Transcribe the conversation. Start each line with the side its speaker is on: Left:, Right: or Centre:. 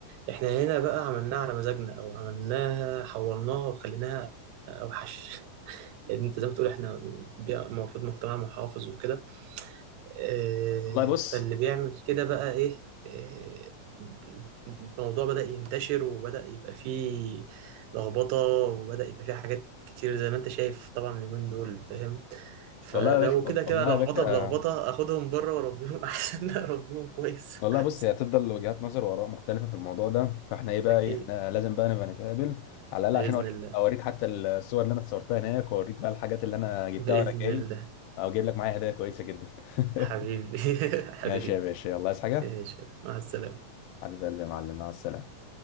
Right: احنا هنا بقى عملناها على مزاجنا او عملناها حورناها وخليناها اوحش <laughs> لان انت زي ما بتقول احنا بيئة- المفروض مجتمع محافظ وكده آه،
Left: والله بص
Right: فاللي بيعمل كده بقى ايه آه، الموضوع بدأ ينتشر وبدأ يبقى فيه لخبطة وبدأ يبقى فيه حاجات كتير زي ما انت شايف طبعا اليومين دول فاهم فلو
Left: والله يا باشا
Right: كده كده
Left: والله
Right: لخبطة
Left: يا باشا
Right: بلخبطة اخدهم بره واربيهم <laughs> احسن اربيهم كويس
Left: والله
Right: <laughs> احسن
Left: بص هي هتفضل وجهات نظر واراء مختلفه في الموضوع ده فاحنا ايه بقى
Right: اكيد
Left: ايه احنا لازم بقى نبقى نتقابل على الاقل
Right: بإذن
Left: عشان اوريك
Right: الله
Left: اوريك حتى الصور اللي انا اتصورتها هناك واوريك بقى الحاجات اللي انا جبتها
Right: بإذن
Left: وانا جاي
Right: الله
Left: او جايب لك معايا هدايا كويسه جدا <laughs>
Right: حبيبي <laughs> حبيبي
Left: ماشي يا باشا يلا عايز حاجه
Right: ماشي مع السلامة
Left: حبيب قلبي يا معلم مع السلامه